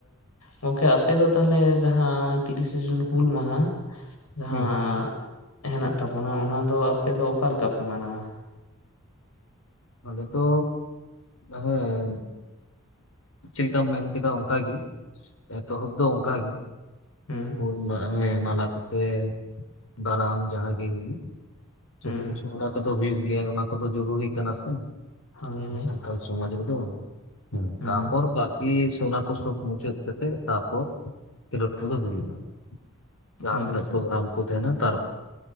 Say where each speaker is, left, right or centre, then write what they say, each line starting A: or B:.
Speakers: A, on the left; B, on the left.
A: ᱜᱚᱝᱠᱮ ᱟᱯᱮ ᱫᱚ ᱛᱟᱦᱮ ᱡᱟᱦᱟᱸ ᱛᱤᱨᱤᱥᱮ ᱡᱩᱱ ᱦᱩᱞ ᱢᱟᱦᱟ ᱡᱟᱦᱟᱸ
B: ᱦᱩᱸ᱾
A: ᱦᱮᱱᱟᱜ ᱛᱟᱵᱚᱱᱟ ᱚᱱᱟ ᱫᱚ ᱟᱯᱮ ᱫᱚ ᱚᱠᱟ ᱞᱮᱠᱟ ᱯᱮ ᱢᱟᱱᱟᱣᱟ ᱾
B: ᱱᱚᱰᱮ ᱫᱚ ᱦᱮᱸ ᱪᱮᱫᱠᱟᱢ ᱢᱮᱱ ᱠᱮᱫᱟ ᱚᱱᱠᱟᱜᱮ ᱮᱛᱚᱦᱚᱵ ᱫᱚ ᱚᱱᱠᱟᱜᱮ
A: ᱦᱩᱸ
B: ᱾ ᱢᱟᱞᱟ ᱠᱚᱛᱮ ᱫᱟᱨᱟᱢ ᱡᱟᱦᱟᱸ ᱜᱮ ᱦᱩᱭᱩᱜ ᱾
A: ᱦᱩᱸ
B: ᱥᱚᱵ ᱠᱤᱪᱷᱩ ᱚᱱᱟ ᱠᱚᱫᱚ ᱦᱩᱭᱩᱜ ᱜᱮᱭᱟ ᱚᱱᱟ ᱠᱚᱫᱚ ᱡᱩᱨᱩᱨᱤ ᱠᱟᱱᱟ ᱥᱮ ᱾
A: ᱦᱳᱭ ᱦᱳᱭ
B: ᱥᱟᱱᱛᱟᱞ ᱥᱚᱢᱟᱡᱽ ᱨᱮ ᱫᱚ
A: ᱦᱩᱸ
B: ᱛᱟᱨ ᱯᱚᱨ ᱵᱟᱠᱤ ᱥᱚ ᱟᱨ ᱠᱚᱥᱵ ᱢᱩᱪᱟᱹᱫ ᱠᱟᱛᱮ ᱛᱟᱨᱯᱚᱨ ᱠᱷᱮᱞᱳᱰ ᱠᱚᱫᱚ ᱦᱩᱭᱩᱜᱼᱟ ᱾ ᱡᱟᱦᱟᱸ
A: ᱟᱪᱪᱷᱟ
B: ᱛᱤᱱᱟ ᱯᱨᱳᱜᱨᱟᱢ ᱠᱚ ᱛᱟᱦᱮᱱᱟ ᱛᱟᱨ